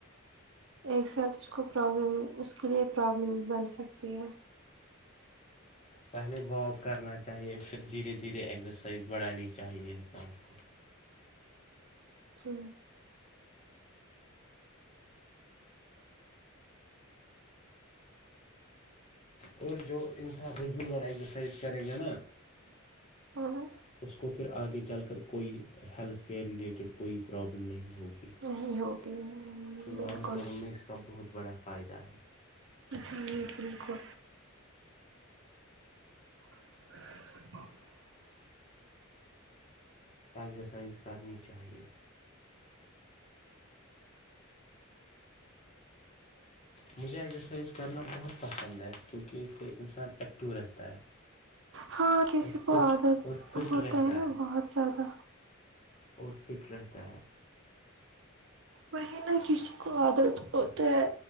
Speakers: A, on the right; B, on the left.
A: ایک ساتھ اس کو پرابلم اس کے لیے پرابلم بن سکتی ہے <inaudible>
B: پہلے واک کرنا چاہیے پھر دھیرے دھیرے ایگزرسائز بڑھانی چاہیے انسان کو
A: جی
B: اور جو انسان ریگولر ایگزرسائز کرے گا نا
A: اور
B: اس کو پھر آگے چل کر کوئی ہیلتھ کیئر ریلیٹڈ کوئی پرابلم نہیں ہوگی
A: نہیں ہوگی بالکل
B: لانگ ٹرم میں اس کا بہت بڑا فائدہ ہے
A: اچھا نہیں ہے بالکل <inaudible>
B: اگزرسائز کرنی چاہیے مجھے ایکسرسائز کرنا بہت پسند ہے کیونکہ اس سے انسان ایکٹو رہتا ہے
A: ہاں کسی
B: اور
A: کو
B: فٹ
A: عادت
B: اور فٹ
A: ہوتا
B: رہتا
A: ہے نا بہت زیادہ
B: اور فٹ رہتا ہے
A: وہیں نہ کسی کو عادت ہوتا ہے